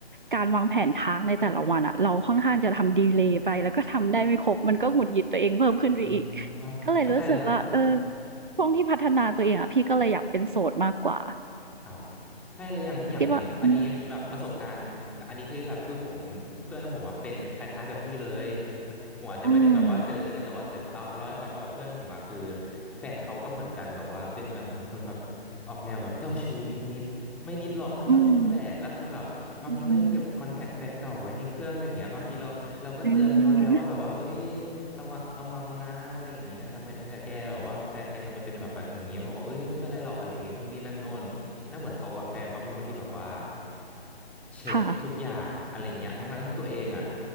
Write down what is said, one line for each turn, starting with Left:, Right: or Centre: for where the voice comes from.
Right: การวางแผน task ในแต่ละวันอะเราค่อนข้างจะทำดีเลย์ไปแล้วก็ทำได้ไม่ครบมันก็หงุดหงิดตัวเองเพิ่มขึ้นไปอีก
Centre: อืม
Right: ก็เลยรู้สึกว่าเออ
Centre: เข้าใจเลยครับ
Right: ช่วงที่พัฒนาตัวเองอะพี่ก็เลยอยากเป็นโสดมากกว่า
Centre: ครับใช่เลยอย่างอย่างอย่างอันนี้แบบประสบการณ์อันนี้คือแบบคือผมเพื่อนผมอะเป็นคล้ายๆแบบพี่เลย
Right: คิดว่าอืม
Centre: ผมอาจจะไม่ได้แบบว่าเจอจริงนะแต่ว่าเดี๋ยวจะเอามาเล่าให้ฟังว่าแบบเพื่อนผมอะคือ
Right: อืม
Centre: แฟนเขาก็เหมือนกันแบบว่าเป็นแบบเหมือนคนแบบออกแนวแบบเจ้าชู้นิดๆไม่นิดหรอกก็เจ้าชู้แหละแล้วคือแบบบางทีก็ยังเก็บคอนแทคแฟนเก่าไว้ในเครื่องอะไรอย่างเงี้ยบางทีเราเราก็เตือนเขาแล้วว่าแบบว่าเอ้ย
Right: อืมอืม อืม
Centre: ระวังระวังนะอะไรอย่างเงี้ยทำไมเออแกแบบว่าแฟนแกทำไมเป็นแบบว่าอย่างเงี้ยบอกว่าเอ้ยไม่เป็นไรหรอกอะไรอย่างงี้นู่นนี่นั่นโน่น แล้วเหมือนเขาอะแฟนเขาเป็นคนที่แบบว่าเช็คทุกอย่างอะไรเงี้ยทั้งๆที่ตัวเองอ่ะ
Right: ค่ะ